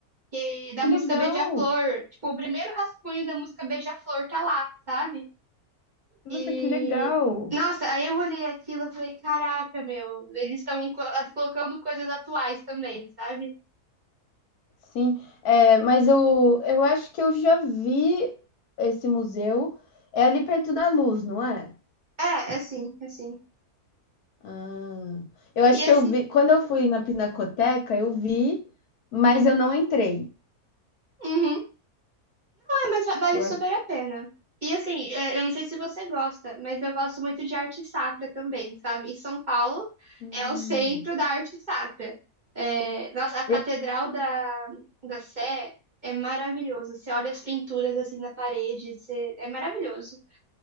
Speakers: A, on the right (about 30°); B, on the left (about 75°).
A: E da
B: Que
A: música
B: legal!
A: Beija-Flor, tipo, o primeiro rascunho da música Beija-Flor tá lá, sabe?
B: Nossa,
A: E
B: que legal!
A: nossa, aí eu olhei aquilo e falei, caraca, meu, eles estão co- colocando coisas atuais também, sabe?
B: Sim, é, mas eu, eu acho que eu já vi esse museu. É ali perto da Luz, não é?
A: É, é sim é sim
B: Ah, eu acho
A: E assim,
B: que eu vi. Quando eu fui na Pinacoteca, eu vi, mas eu não entrei.
A: uhum. mas va- vale
B: Eu
A: super
B: acho.
A: a pena. E assim, é, eu não sei se você gosta, mas eu gosto muito de arte sacra também, sabe? E São Paulo
B: Hum,
A: é o centro da arte sacra. É, nossa, a Catedral
B: eu,
A: da, da Sé é maravilhosa. Você olha as pinturas assim na parede, você- é maravilhoso.